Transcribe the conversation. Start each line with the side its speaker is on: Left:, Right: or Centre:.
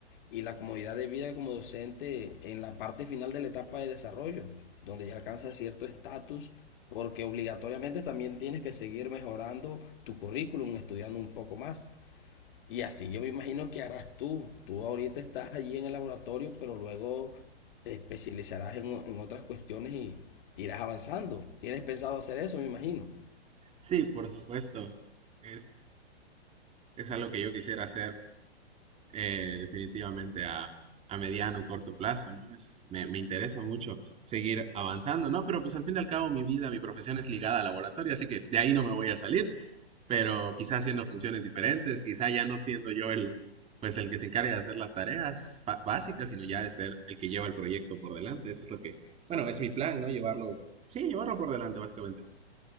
Left: y la comodidad de vida como docente en la parte final de la etapa de desarrollo, donde ya alcanzas cierto estatus, porque obligatoriamente también tienes que seguir mejorando tu currículum, estudiando un poco más. Y así yo me imagino que harás tú. Tú ahorita estás allí en el laboratorio, pero luego te especializarás en, en otras cuestiones y irás avanzando. ¿Tienes pensado hacer eso, me imagino?
Right: Sí, por supuesto. Es, es algo que yo quisiera hacer eh, definitivamente a, a mediano o corto plazo, ¿no? Es, me, me interesa mucho seguir avanzando, ¿no? Pero pues al fin y al cabo mi vida, mi profesión es ligada al laboratorio, así que de ahí no me voy a salir, pero quizá haciendo funciones diferentes, quizá ya no siendo yo el, pues el que se encarga de hacer las tareas fa- básicas, sino ya de ser el que lleva el proyecto por delante. Eso es lo que, bueno, es mi plan, ¿no? Llevarlo, sí, llevarlo por delante, básicamente.